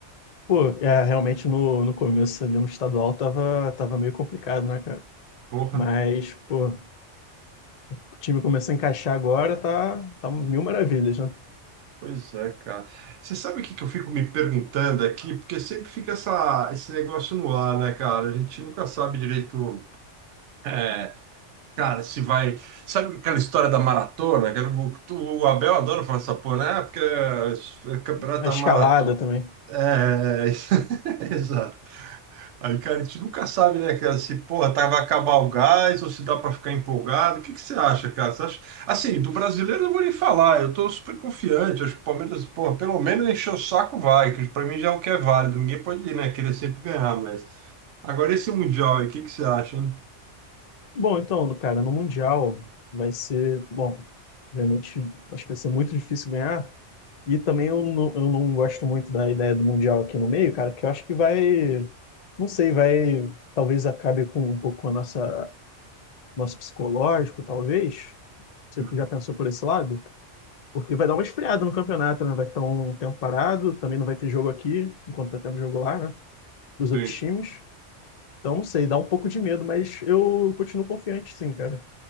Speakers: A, on the left; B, on the right.
A: Pô, é, realmente no, no começo ali no estadual tava, tava meio complicado, né, cara?
B: Porra.
A: Mas, pô, o time começou a encaixar agora, tá, tá mil maravilhas, né?
B: Pois é, cara. Você sabe o que que eu fico me perguntando aqui? Porque sempre fica essa, esse negócio no ar, né, cara? A gente nunca sabe direito, é, cara, se vai. Sabe aquela história da maratona? Que O, tu- o Abel adora falar essa porra, né? Ah, Porque é campeonato
A: A
B: da
A: escalada
B: maratona.
A: também.
B: É, <laughs> exato. Aí, cara, a gente nunca sabe, né, cara, se, porra, tá, vai acabar o gás ou se dá para ficar empolgado. O que que você acha, cara? Você acha... Assim, do brasileiro eu não vou nem falar, eu tô super confiante. Acho que o Palmeiras, porra, pelo menos encher o saco vai, que pra mim já é o que é válido. Ninguém pode, né, querer sempre ganhar, mas... Agora esse Mundial aí, o que que você acha, hein?
A: Bom, então, cara, no Mundial vai ser, bom, realmente acho que vai ser muito difícil ganhar. E também eu não, eu não gosto muito da ideia do Mundial aqui no meio, cara, que eu acho que vai, não sei, vai, talvez acabe com um pouco com a nossa, nosso psicológico, talvez. Você
B: Uhum.
A: já pensou por esse lado? Porque vai dar uma esfriada no campeonato, né? Vai ficar um tempo parado, também não vai ter jogo aqui, enquanto tá tendo jogo lá, né? Dos outros
B: Sim.
A: times. Então, não sei, dá um pouco de medo, mas eu continuo confiante, sim, cara.